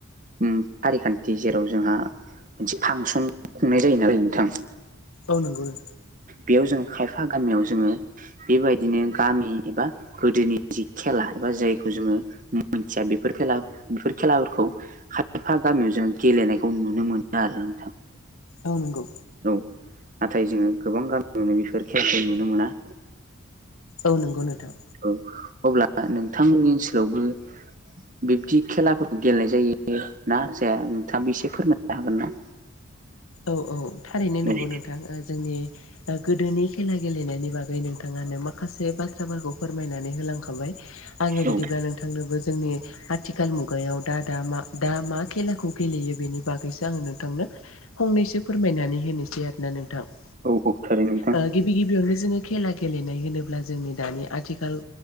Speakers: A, on the right; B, on the left.
A: ओम फारिखान्थि जेराव जोंहा मोनसे फांसन खुंनाय जायो नालाय नोंथां।
B: औ नंगौ नों
A: बेयाव जोङो खायफा गामियाव जोङो बेबायदिनो गामि एबा गोदोनि जि खेला एबा जायखौ जोङो मोनथिया बेफोर खेला बेफोर खेलाफोरखौ खायफा गामियाव जों गेलेनायखौ नुनो मोनो आरो नोंथां।
B: औ नंगौ।
A: औ नाथाय जोङो गोबां गामियावनो बेफोर खेलखौ नुनो मोना।
B: औ नंगौ नोंथां।
A: औ अब्ला नोंथांनि ओनसोलावबो बिब्दि खेलाफोरखौ गेलेनाय जायो ना जाया नोंथाङाबो एसे फोरमायनो हागोन ना?
B: औ औ थारैनो नंगौ
A: औ
B: नोंथां ओ जोंनि ओ गोदोनि खेला गेलेनायनि बागै नोंथाङानो माखासे बाथ्राफोरखौ फोरमायनानै होलांखाबाय। आङो
A: औ
B: बिदिब्ला नोंथांनोबो जोंनि आथिखाल मुगायाव दा दा मा दा मा खेलाखौ गेलेयो बेनि बागैसो आङो नोंथांनो फंनैसो फोरमायनानै होनोसै आरोना नोंथां।
A: औ औ थारै नोंथां।
B: ओ गिबि गिबियावनो जोङो खेला गेलेनाय होनोब्ला जोंनि दानि आथिखाल